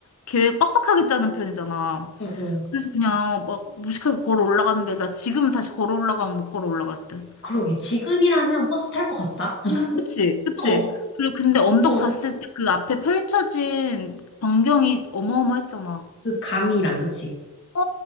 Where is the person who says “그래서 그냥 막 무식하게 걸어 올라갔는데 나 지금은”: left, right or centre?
Left